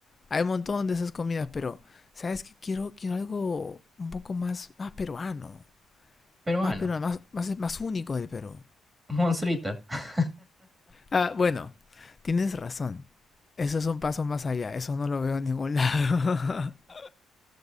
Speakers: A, on the left; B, on the right.
A: Hay un montón de esas comidas, pero, ¿sabes qué? Quiero, quiero algo un poco más, más peruano.
B: Peruano.
A: más peruano, más, más, más único del Perú.
B: Un monstruito. <laughs>
A: Ah, bueno, tienes razón. Eso es un paso más allá, eso no lo veo en ningún lado. <laughs>